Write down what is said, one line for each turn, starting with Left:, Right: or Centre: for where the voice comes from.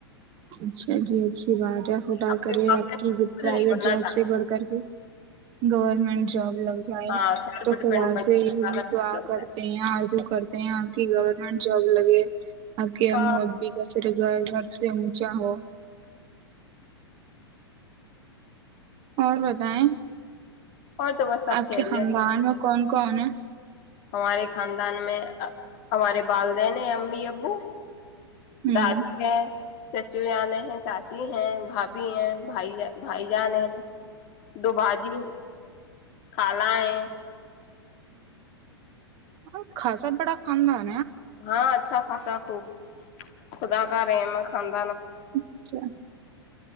Right: اچھا جی اچھی بات ہے خدا
Left: اپنے
Right: کرے
Left: کچھ
Right: آپ کی پرائیویٹ
Left: نہیں بننا
Right: جاب
Left: چاہ
Right: سے بڑھ کر کے گورنمنٹ جاب لگ جائے
Left: ہاں سیلف
Right: تو
Left: ڈیپینڈ
Right: خدا
Left: بننے
Right: سے یہی
Left: کا لگتا
Right: دعا کرتے
Left: ہے
Right: ہیں آر جو کر یہ کی گورنمنٹ جاب لگے آپ کی او
Left: ہاں
Right: ابی کا سر گ گھر اچا ہو اور بتائیں
Left: اور تو بس سب
Right: آپ
Left: خیریت
Right: کے خاندان
Left: ہے
Right: میں کون کون کون
Left: ہمارے خاندان میں ہمارے والدین ہیں امی ابو
Right: ہ
Left: دادی ہے چچو یان چاچی ہیں بھابھی ہیں بھائی بھائی جان ہیں دو بجی کالا ہے
Right: ہوں کاسا بڑا <unintelligible> <unintelligible>
Left: ہاں اچھا خاص خوب خدا کرے میں خان <unintelligible>
Right: اچھا